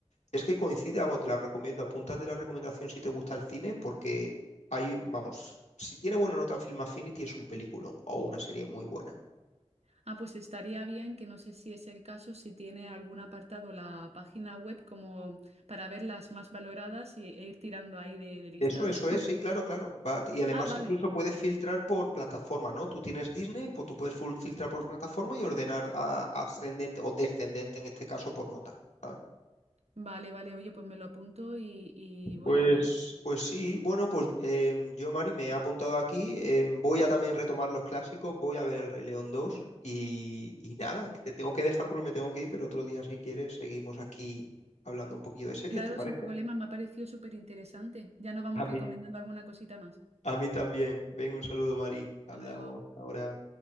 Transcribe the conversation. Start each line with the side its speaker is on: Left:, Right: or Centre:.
Left: Es que coincide, vamos, te la recomiendo. Apúntate la recomendación si te gusta el cine, porque hay, vamos, si tiene buena nota en Film Affinity es un peliculón o una serie muy buena.
Right: Ah, pues estaría bien que no sé si es el caso, si tiene algún apartado la página web como para ver las más valoradas y, e ir tirando ahí de, de listado.
Left: Eso, eso es,
Right: <laughs>
Left: sí, claro, claro. Va- y además
Right: Ah, vale.
Left: incluso puedes filtrar por plataforma, ¿no? Tú tienes Disney, pues tú puedes ful- filtrar por plataforma y ordenar a- ascendente o descendente en este caso por nota. ¿sabes?
Right: Vale, vale. Oye, pues me lo apunto y, y voy
Left: Pues,
Right: a ver.
Left: pues sí, bueno, pues em, yo, Mari, me he apuntado aquí. em, voy a también retomar los clásicos, voy a ver El Rey León 2 y, y nada, que te tengo que dejar porque me tengo que ir, pero otro día, si quieres, seguimos aquí hablando un poquillo de series,
Right: Claro,
Left: ¿te parece?
Right: sin problemas, me ha parecido súper interesante. Ya nos vamos
Left: A mí,
Right: recomendando alguna cosita más.
Left: a mí también. Ven, un saludo, Mari. Hablamos
Right: Hasta luego.
Left: hasta ahora.